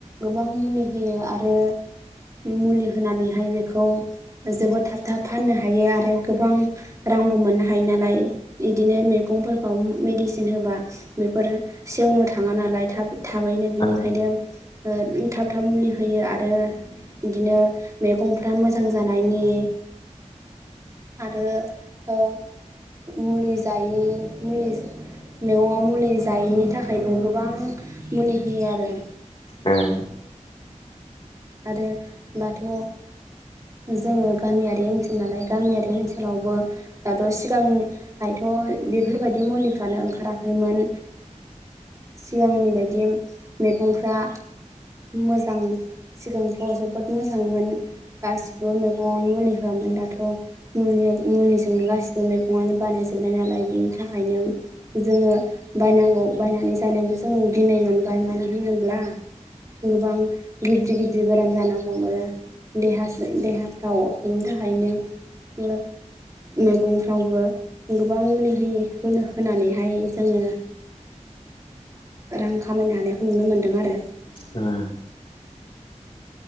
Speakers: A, on the right; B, on the left.
A: गोबां मुलि होयो आरो मुलि होनानैहाय बेखौ जोबोद थाब थाब फाननो हायो आरो गोबां रांबो मोननो हायो नालाय इदिनो मैगंफोरखौ मेडिसिन होबा बेफोर सेवनो थाङा नालाय थाब थाबैनो बिनिखायनो
B: अ
A: थाब थाब मुलि होयो आरो बिदिनो मैगंफ्रा मोजां जानायनि आरो ओ मुलि जायै मुलि मैगङाव मुलि जायैनि थाखायबो गोबां मुलि होयो आरो
B: <inaudible>
A: आरो दाथ' जोङो गामियारि ओनसोल नालाय गामियारि ओनसोलावबो दाथ' सिगांहायथ' बेफोरबायदि मुलिफ्रानो ओंखाराखैमोन सिगांनि बायदि मैगंफ्रा मोजां सिगांफ्राव जोबोद मोजांमोन गासिबो मेग ङावनो मुलि होआमोन दाथ' मुलि मुलिजोंनो गासिबो मैगंनो बानायजोबनाय नालाय बेनि थाखायनो जोङो बायनांगौ बायनानै जानोबो जोंङो गिनाय मोनबाय मानो होनोब्ला गोबां गिदिर गिदिर बेराम जानो हमो देहा सो देहाफ्राव बिनि थाखायनो <inaudible> मैगंफ्रावबो गोबां मुलि होयि होनो होनानैहाय जोङो रां खामायनो हानायखौ नुनो मोन्दों आरो।
B: <unintelligible>